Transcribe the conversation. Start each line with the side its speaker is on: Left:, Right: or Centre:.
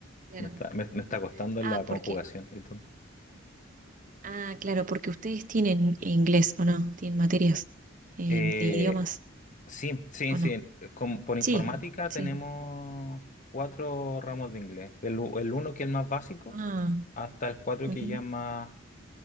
Right: claro.
Left: Me está, me, me está costando
Right: Ah,
Left: la conjugación
Right: porque,
Left: y todo.
Right: ah, claro, porque ustedes tienen inglés o no, tienen materias eh,
Left: Eh,
Right: de idiomas
Left: Sí, sí,
Right: o
Left: sí.
Right: no.
Left: Eh, Con- por informática
Right: Sí, sí.
Left: tenemos cuatro ramos de inglés. Del u- El, uno que es el más básico,
Right: Ah,
Left: hasta el cuatro
Right: ujú,
Left: que ya es más